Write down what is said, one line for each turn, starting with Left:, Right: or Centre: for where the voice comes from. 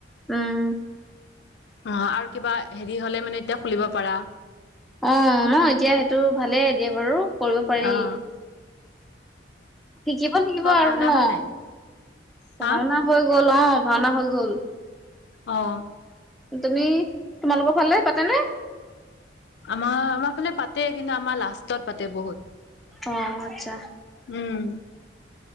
Centre: উম।
Left: অ আৰু কিবা হেৰি হ'লে মানে এতিয়া খুলিব পাৰা।
Centre: অ ন এতিয়া সেইটো ভালে এ দিয়া বাৰু। কৰিব পাৰি
Left: অহ।
Centre: শিকিব লাগিব আৰু
Left: ভাওনা
Centre: ন
Left: হ'ল নাই?
Centre: পঢ়াশুনা
Left: হা
Centre: হৈ গ। গ'ল অ ভাওনা হৈ গ'ল।
Left: অহ।
Centre: তুমি তোমালোকৰ ফালে পাতেনে?
Left: আমাৰ আমাৰ ফালে পাতে কিন্তু আমাৰ লাষ্টত পাতে বহুত।
Centre: অ আচ্ছা
Left: উম